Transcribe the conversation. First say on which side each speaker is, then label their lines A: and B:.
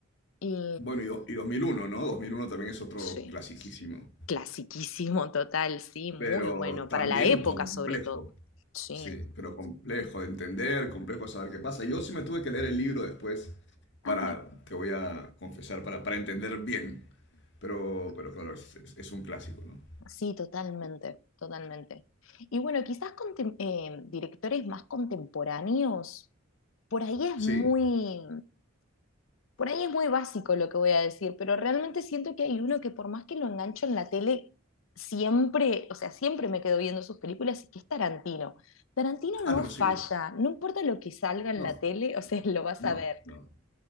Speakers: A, on the left; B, on the left.
A: Y
B: Bueno, y, do- y 2001, ¿no? 2001 también es otro
A: sí,
B: clasiquísimo.
A: clasiquísimo total, sí, muy
B: pero
A: bueno,
B: también
A: para la época
B: complejo,
A: sobre todo. Sí.
B: sí, pero complejo de entender, complejo de saber qué pasa. Yo sí me tuve que leer el libro después
A: Ah,
B: para,
A: mira.
B: te voy a confesar, para, para entender bien, pero, pero claro, es, es- es un clásico, ¿no?
A: Sí, totalmente, totalmente. Y bueno, quizás contem- eh, directores más contemporáneos, por ahí es
B: Sí.
A: muy, Por ahí es muy básico lo que voy a decir, pero realmente siento que hay uno que por más que lo engancho en la tele, siempre, o sea, siempre me quedo viendo sus películas y que es Tarantino. Tarantino
B: Ah,
A: no
B: no,
A: falla,
B: sí.
A: no importa lo que salga en
B: No,
A: la tele, o sea, <laughs> lo vas
B: no,
A: a ver,
B: no,